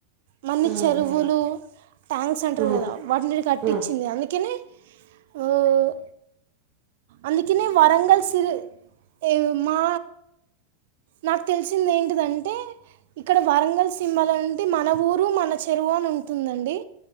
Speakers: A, on the right; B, on the right.
A: మన్ని
B: ఉమ్
A: చెరువులు
B: ఉహు
A: ట్యాంక్స్ అంటారు
B: ఉమ్
A: కదా వాటిని కట్టించింది
B: ఓకే
A: అందుకనే ఉహ్ అందుకనే వరంగల్ సిరి ఏ మా నాకు తెలిసింది ఏంటిదంటే ఇక్కడ వరంగల్ సింమాల అంటే మన ఊరు మన చెరువు అని ఉంటుందండి